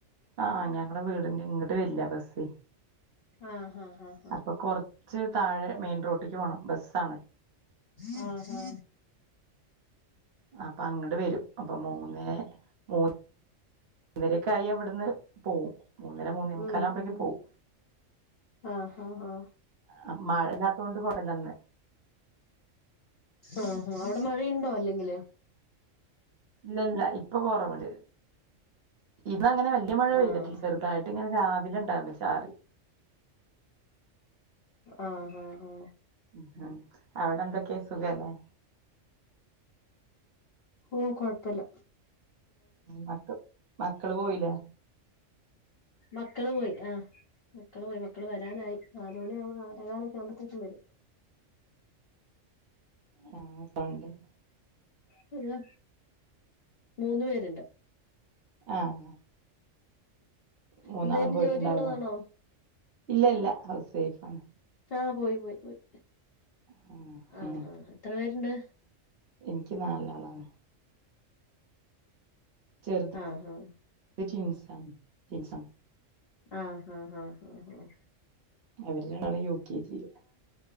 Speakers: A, on the right (about 55°); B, on the left (about 50°).
A: ആ ഞങ്ങളടെ വീടിന്റെ ഇങ്ങോട്ട് വരില്ല ബസ്സ്
B: ആ ഹ ഹ
A: അപ്പ കൊറച്ച് താഴെ മെയിൻ റോട്ടേക്ക് പോണം ബസ്സാണ്
B: ആ ഹാ
A: അപ്പ അങ്ങട്ട് വരും അപ്പം മൂന്നെ മൂ മൂന്നരയൊക്കെ ആയ ഇവിടുന്ന് പോവും മൂന്നര മൂന്നേമുക്കാലാവുമ്പഴേക്കും
B: ഉം ഉം
A: പോവും
B: ആഹ് ആഹ് ആഹ്
A: ആ മഴയില്ലാത്ത കൊണ്ട് <unintelligible>
B: ആഹ് ആഹ് അവിടെ മഴയുണ്ടോ അല്ലെങ്കില്
A: ഇല്ലില്ല ഇപ്പൊ കൊറവൊണ്ട് ഇന്നങ്ങനെ വല്ല്യ മഴ പെയ്തിട്ടില്ല
B: ആഹ്
A: ചെറുതായിട്ട് ഇങ്ങനെ രാവിലെ ഉണ്ടായിരുന്നു ചാറി
B: ആഹ ഹ ഹ
A: ഉം അവിടെന്തൊക്കെയ സുഖല്ലേ
B: ഓ കൊഴപ്പവില്ല
A: മക്ക മക്കള് പോയില്ലേ
B: മക്കള് പോയി ആഹ് മക്കള് പോയി മക്കള് വരാനായി നാല് മണിയാവുമ്പം നാലെകാലൊക്കെ ആവുമ്പത്തേക്കും വരും
A: <unintelligible>
B: പിള്ളേ മൂന്ന് പേരുണ്ട്
A: ആഹ് മൂന്നാളും
B: എന്തേലും
A: പോയിട്ടുണ്ടാവുല്ലെ
B: ജോലി ഉള്ളതാണോ
A: ഇല്ല ഇല്ല ഹൗസ് വൈഫാണ്
B: ആഹ് പോയി പോയി പോയി
A: ആഹ്
B: ആഹഹ
A: ഉം
B: എത്ര പേരുണ്ട്
A: എനിക്ക് നാലാളാണ് ചെറുത്
B: ആഹ്
A: ട്വിൻസാണ് ട്വിൻസാ
B: ആഹ് ഹ ഹ ഹ ഹ
A: അവര് രണ്ടാളും യു കെ ജില്